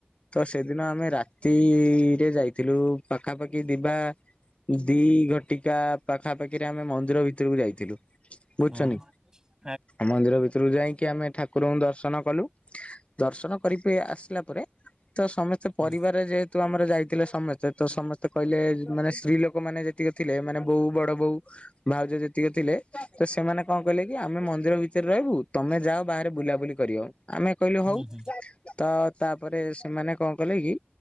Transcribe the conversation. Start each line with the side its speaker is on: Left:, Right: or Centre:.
Left: ତ ସେଦିନ ଆମେ ରା ତିରେ ଯାଇଥିଲୁ ପାଖାପାଖି ଦିବା ଦି ଘଟିକା ପାଖାପାଖିରେ ଆମେ ମନ୍ଦିର ଭିତରକୁ ଯାଇଥିଲୁ। ବୁଝୁଛନି।
Right: ହଁ।
Left: ମନ୍ଦିର ଭିତରୁକୁ ଯାଇକି ଆମେ ଠାକୁରଙ୍କୁ ଦର୍ଶନ କଲୁ। ଦର୍ଶନ କରିି ଆସିଲା ପରେ ତ ସମସ୍ତେ
Right: ହୁଁ
Left: ପରିବାର ଯେହେତୁ ଆମର ଯାଇଥିଲ ସମସ୍ତେ ତ ସମସ୍ତେ କହିଲେ ମାନେ ସ୍ତ୍ରୀ ଲୋକ ମାନେ ଯେତିକ ଥିଲେ ମାନେ ବୋଉ ବଡ ବୋଉ ଭାଉଜ ଯେତିକି ଥିଲେ ତ ସେମାନେ କଣ କହିଲେ କି ଆମେ ମନ୍ଦିର ଭିତରେ ରହିବୁ ତମେ ଯାଅ ବାହାରେ ବୁଲାବୁଲି କରି ଆମେ କହିଲୁ
Right: ହୁଁ
Left: ହଉ।
Right: ହୁଁ
Left: ତ ତାପରେ ସେମାନେ କଣ କଲେ କି?